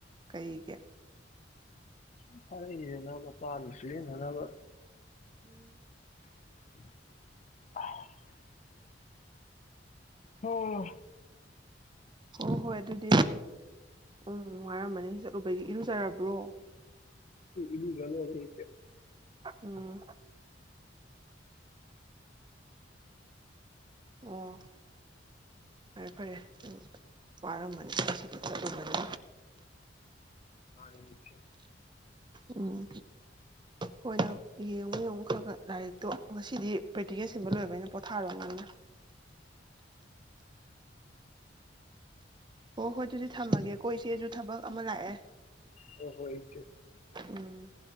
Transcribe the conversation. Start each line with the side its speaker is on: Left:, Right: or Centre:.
Right: ꯀꯩꯒꯤ
Left: ꯁꯨꯝ ꯊꯥꯔꯛꯏꯅꯤꯗꯅ ꯃꯆꯥꯅ ꯁꯤꯖꯤꯟꯅꯅꯕ
Right: ꯇꯥꯕ ꯉꯝꯗꯕ
Left: <inaudible> ꯍ-ꯍ
Right: ꯍꯣ ꯍꯣꯏ ꯑꯗꯨꯗꯤ ꯑꯪ <unintelligible> ꯎꯝ ꯋꯥꯔꯝꯃꯅꯤ ꯆꯠꯂꯨꯕꯩꯒꯤ ꯏꯔꯨꯖꯔꯕ꯭ꯔꯣ
Left: ꯎꯟ ꯑꯦꯔꯨꯖ ꯂꯣꯏꯔꯦ ꯏꯆꯦ
Right: ꯎꯝ ꯑꯣ ꯐꯔꯦ ꯐꯔꯦ ꯑꯗꯨ ꯋꯥꯔꯝꯕꯅꯤ ꯉꯁꯤꯗꯤ ꯆꯠꯂꯨꯕꯅꯤ
Left: ꯃꯥꯅꯤ ꯏꯆꯦ
Right: ꯎꯝ ꯍꯣꯏ ꯅꯪ ꯌꯦꯡꯉꯨ ꯌꯦꯡꯉꯨ ꯈ ꯂꯥꯏꯔꯤꯛꯇꯣ ꯉꯁꯤꯗꯤ ꯄ꯭ꯔꯦꯛꯇꯤꯀꯦꯜ ꯁꯦꯝꯕ ꯂꯣꯏꯕꯅꯤꯅ ꯄꯣꯊꯥꯔꯕꯅꯤꯅ ꯑꯣ ꯍꯣꯏ ꯑꯗꯨꯗꯤ ꯊꯝꯃꯒꯦꯀꯣ ꯏꯆꯦꯁꯨ ꯊꯕꯛ ꯑꯃ ꯂꯥꯛꯑꯦ
Left: ꯑꯣ ꯍꯣ ꯏꯆꯦ
Right: ꯎꯝ